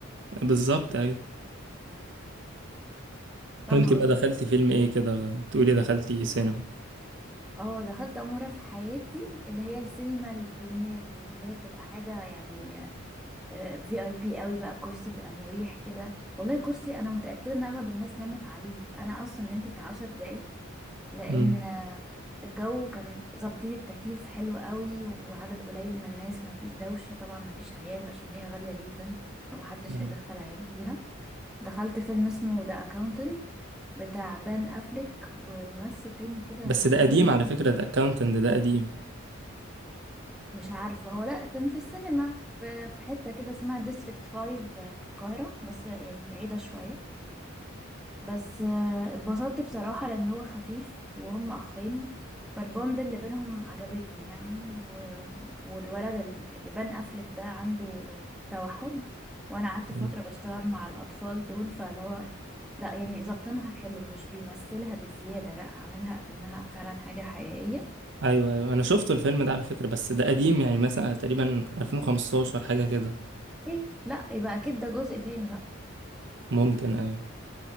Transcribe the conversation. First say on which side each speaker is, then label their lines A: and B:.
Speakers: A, on the right; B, in the centre.
A: بالظبط ايوه
B: فاهمة
A: وانتي
B: قصدك
A: بقى دخلتي فيلم ايه كده بتقولي دخلتي سينما
B: اه دخلت اول مرة في حياتي اللي هي السينما البريمير دي اللي هي بتبقى حاجة يعني في اي بي قوي بقى الكرسي بيبقى مريح كده والله كرسي انا متأكدة ان اغلب الناس نامت عليه انا اصلا نمت 10 دقايق لان
A: امم
B: الجو كان ظابطين التكييف حلو قوي وعدد قليل من الناس ومفيش دوشة طبعا مفيش عيال عشان هي غالية جدا فمحدش
A: أيوة.
B: هيدخل عيال فيها دخلت فيلم اسمه ذا اكاونتنت بتاع بان افليك وممثل تاني كده
A: بس ده
B: يشبه
A: قديم
B: لعيب
A: على فكرة ده اكاونتنت ده قديم
B: مش عارفة هو لا كان في السينما في في حتة كده اسمها ديستريكت فايف في القاهرة بس يعني بعيدة شوية بس آه، اتبسطت بصراحة لأن هو خفيف وهم أخين فالبوند اللي بينهم عجبتني يعني و... والولد ال- بان أفلك ده عنده توحد وأنا قعدت
A: مم.
B: فترة بشتغل مع الأطفال دول فاللي هو لا يعني ظابطينها حلو مش بيمثلها بزيادة لا عاملها أكنها فعلا حاجة حقيقية
A: ايوه ايوه انا شفته الفيلم ده على فكرة بس ده قديم يعني مثلا تقريبا 2015 حاجة كده
B: إيه لا يبقى أكيد ده جزء تاني بقى
A: ممكن ايوه